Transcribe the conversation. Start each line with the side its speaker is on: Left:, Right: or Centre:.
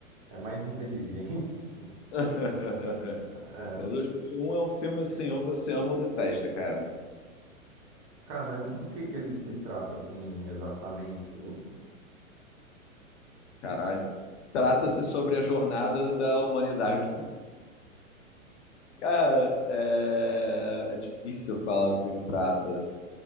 Right: é mais inteligente,
Left: <laughs>
Right: <laughs>
Left: O 2001 é um filme assim, ou você ama ou detesta, cara.
Right: Cara, mas do que que ele se trata assim exatamente? Eu-
Left: Caralho. Trata-se sobre a jornada da humanidade. Cara, é, é difícil falar o que o trata.